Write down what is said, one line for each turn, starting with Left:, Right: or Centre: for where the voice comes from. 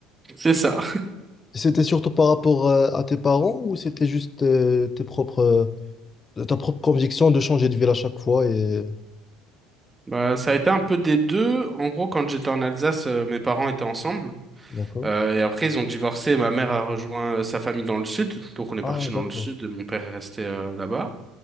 Right: C'est ça.
Left: C'était surtout par rapport euh, à tes parents ou c'était juste euh, tes propres, euh, ta propre conviction de changer de ville à chaque fois et...
Right: Bah, ça a été un peu des deux. En gros, quand j'étais en Alsace, euh, mes parents étaient ensemble.
Left: D'accord.
Right: Euh, et après, ils ont divorcé. Ma mère a rejoint euh, sa famille dans le sud. Donc, on est
Left: Ah,
Right: parti dans
Left: d'accord.
Right: le sud et mon père est resté euh, là-bas.